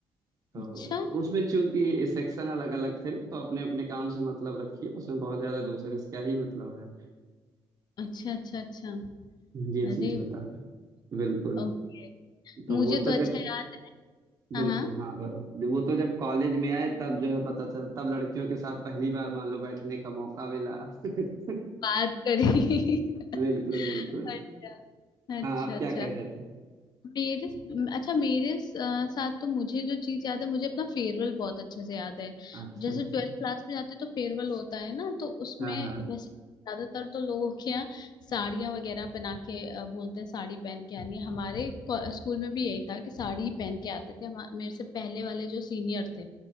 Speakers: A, on the right; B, on the left.
A: तो
B: अच्छा
A: उसमें चूंकि सेक्शन अलग अलग थे ना तो अपने अपने काम से मतलब रखिए उसमें बहुत ज्यादा दूसरे से क्या ही मतलब है
B: अच्छा अच्छा अच्छा
A: ये
B: अरे
A: चीज होता था बिल्कुल
B: ओके
A: तो
B: मुझे
A: वो
B: तो
A: तो
B: अच्छा
A: जब
B: याद है
A: बिल्कुल
B: हाँ हाँ
A: हाँ ब- वो तो जब कॉलेज में आए तब जो है पता चला तब लड़कियों के साथ पहली बार मान लो बैठने का मौका मिला <laughs>
B: बात करी <laughs>
A: बिल्कुल बिल्कुल
B: अच्छा अच्छा
A: हाँ आप
B: अच्छा
A: क्या कह रहे थे
B: मेरे अच्छा मेरे स- अ, साथ तो मुझे जो चीज याद है मुझे अपना फेयरवेल बहुत अच्छे से याद है
A: अच्छा
B: जैसे
A: अच्छा
B: ट्वेल्थ क्लास में जाते हैं तो फेयरवेल होता है ना तो उसमें
A: हाँ हाँ
B: वैसे ज्यादातर तो लोगों के यहाँ साड़ियाँ वगैरह पहना के अ, बोलते हैं साड़ी पहन के आनी है। हमारे को- स्कूल में भी यही था कि साड़ी ही पहन के आते थे हमा- मेरे से पहले वाले जो सीनियर थे